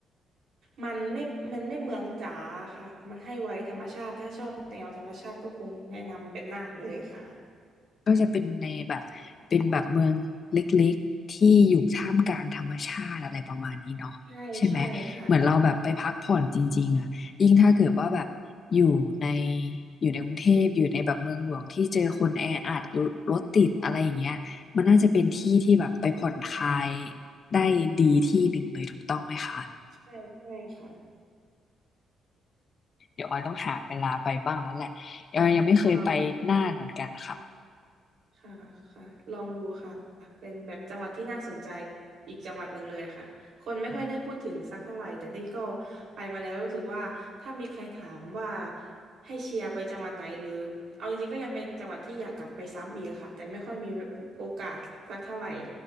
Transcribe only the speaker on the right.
มันไม่มันไม่เมืองจ๋าค่ะมันให้ไว้ธรรมชาติถ้าชอบแนวธรรมชาติก็คงแนะนำเป็นน่านเลยค่ะ
ใช่ใช่ค่ะ
ใช่ใช่ค่ะ
อ่า ค่ะค่ะลองดูค่ะเป็นแบบจังหวัดที่น่าสนใจอีกจังหวัดหนึ่งเลยค่ะ คนไม่ค่อยได้พูดถึงสักเท่าไหร่
แต่นี่ก็ไปมาแล้วรู้สึกว่าถ้ามีใครถามว่าให้เชียร์ไปจังหวัดไหนหรือเอาจริงๆก็ยังเป็นจังหวัดที่อยากกลับไปซ้ำอีกค่ะแต่ไม่ค่อยมีโอกาสสักเท่าไหร่